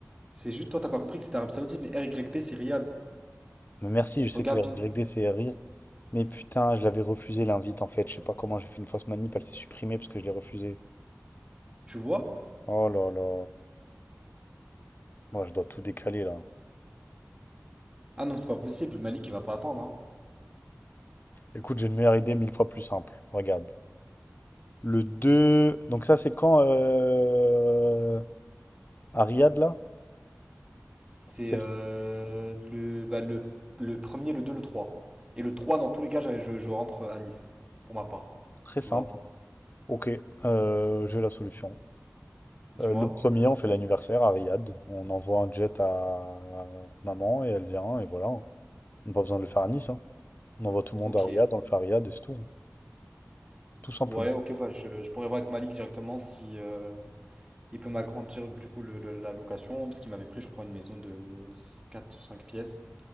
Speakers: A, on the right (about 20°); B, on the left (about 40°).
A: C'est juste, toi, t'as pas compris que c'était Arabie Saoudite, mais RYD, c'est Riyad.
B: Mais merci, je
A: Regarde
B: sais que R
A: bien.
B: Y D c'est rire. Mais putain, je l'avais refusé l'invite en fait. Je sais pas comment j'ai fait une fausse manip, elle s'est supprimée parce que je l'ai refusée.
A: Tu vois?
B: Oh là là. Moi, je dois tout décaler là.
A: Ah non, mais c'est pas possible, Malik, il va pas attendre, hein.
B: Écoute, j'ai une meilleure idée mille fois plus simple. Regarde. Le 2. Donc ça, c'est quand euh... à Riyad là?
A: C'est
B: C'est
A: euh, le, bah, le, le premier, le deux le trois Et le 3 dans tous les cas, j'avais, je, je rentre à Nice, pour ma part.
B: très
A: Tu
B: simple.
A: vois?
B: Ok, euh, j'ai la solution.
A: Dis-moi.
B: Euh, le premier, on fait l'anniversaire à Riyad. On envoie un jet à maman et elle vient et voilà. On n'a pas besoin de le faire à Nice. hein. On envoie tout le monde
A: Ok.
B: à Riyad, on le fait à Riyad et c'est tout. hein. Tout simplement.
A: Ouais, ok, bah, je, je pourrais voir avec Malik directement si euh, il peut m'agrandir du coup le- le- la location, parce qu'il m'avait pris, je crois, une maison de 4 ou 5 pièces.